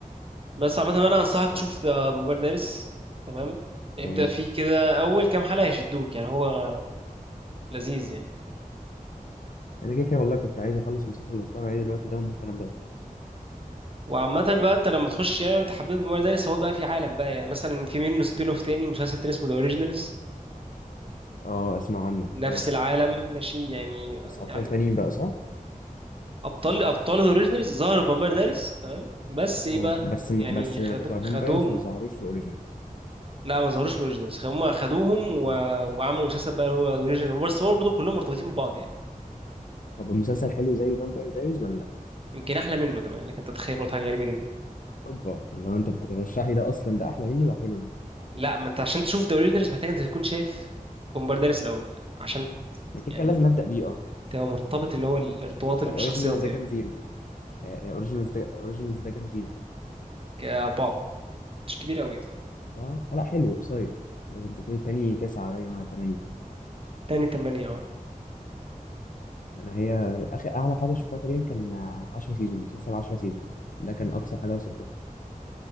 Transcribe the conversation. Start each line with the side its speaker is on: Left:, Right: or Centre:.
Right: بس عامة انا انصحك تشوف
Left: آه.
Right: ذا بومبارديرس تمام ابدأ
Left: تمام
Right: فيه كده اول كام حلقة هيشدوك يعني هو لذيذ يعني
Left: انا كده كده والله كنت عايز اخلص المسلسل اللي بتفرج عليه دلوقتي ده وممكن ابدا فيه
Right: وعامة بقى انت لما تخش يعني انت حبيت بومبارديرس هو بقى في عالم بقى يعني مثلا في منه سبين اوف تاني مسلسل تاني اسمه ذا اوريجينالز
Left: اه اسمع عنه
Right: نفس
Left: اه
Right: العالم ماشي يعني
Left: بس ابطال
Right: يعني
Left: تانيين بقى صح
Right: ابطال ابطال ذا اوريجينالز ظهروا في بومبارديرس تمام بس ايه
Left: اه
Right: بقى
Left: بس بس
Right: يعني خدوا
Left: بتوع
Right: خدوهم
Left: فامبايرز ما ظهروش في اوريجينالز
Right: لا ما ظهروش في اوريجينالز هم خدوهم و...
Left: اه
Right: وعملوا مسلسل بقى هو اوريجينالز بس هو برضه كلهم مرتبطين ببعض يعني
Left: طب المسلسل حلو زي فامباير دايريز ولا لا
Right: يمكن احلى منه كمان لكن انت تتخيل برضه حاجه غريبه جدا
Left: اوبا لو انت بترشحي ده اصلا ده احلى منه ده حلو يعني
Right: لا ما انت عشان تشوف ذا اوريجينالز محتاج انت تكون شايف بومبارداليس الاول عشان
Left: ما كده
Right: يعني
Left: كده لازم ابدا بيه اه
Right: تبقى مرتبط اللي هو الارتباط
Left: طب
Right: اللي
Left: طب
Right: بالشخصيات
Left: اوريجينالز ده
Right: يعني
Left: كام زيرو اوريجينالز ده اوريجينالز ده كام سيزون
Right: كأربعة مش كبير قوي
Left: اربعه آه لا حلو قصير انت بتقول التاني تسعه باين ولا ثمانيه
Right: تاني تمانية اه
Left: انا هي اخر اعلى حاجه شفتها تقريبا كان 10 سيزون مسلسل 10 سيزون ده كان اقصى حاجه وصلت لها